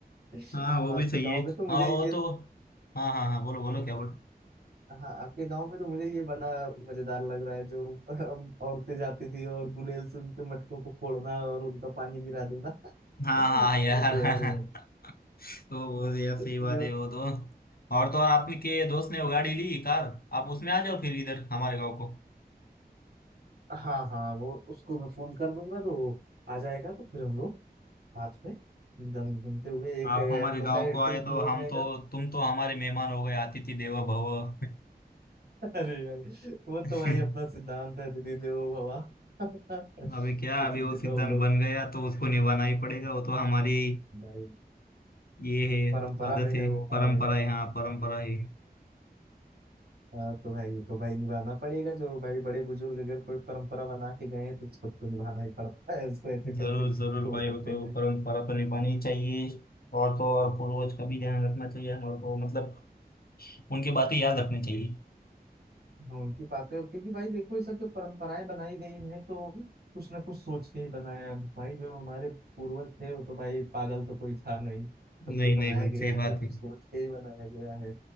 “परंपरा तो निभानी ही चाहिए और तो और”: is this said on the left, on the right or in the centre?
Left